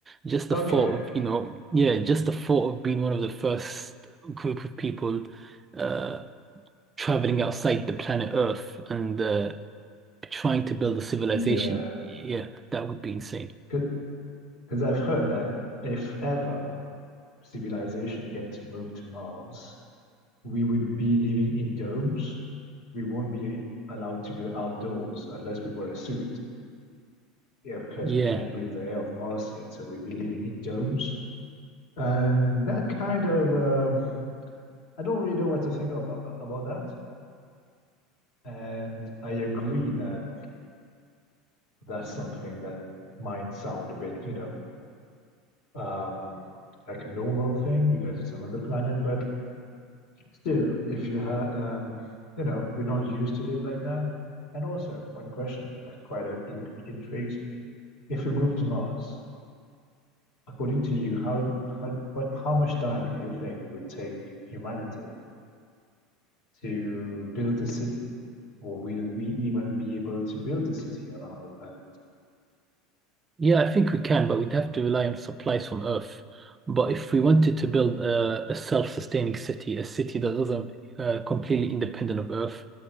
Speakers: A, on the right; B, on the left.
A: just the
B: okay
A: thought of, you know, yeah, just the thought of being one of the first group of people uh traveling outside the planet Earth and uh, trying to build a civilization.
B: yeah
A: Yeah, that would be insane.
B: because Because I've heard that if ever civilization get to move to Mars, we would be living in domes. We won't be allowed to go outdoors unless we wear a suit. Yeah, because
A: Yeah.
B: we can't breathe the air of Mars yet, so we'd be living in domes. And that kind of, um I don't really know what to think about, about that. And I agree that that's something that might sound a bit, you know, um, like a normal thing because it's another planet, but Still, if you have, um, you know, we're not used to live like that. And also, one question that quite uh, in- intrigues me: If we move to Mars, according to you, how how what how much time do you think it would take humanity to build a city, or will we even be able to build a city on another planet?
A: Yeah, I think we can, but we'd have to rely on supplies from Earth. But if we wanted to build a, a self-sustaining city, a city that isn't uh, completely independent of Earth,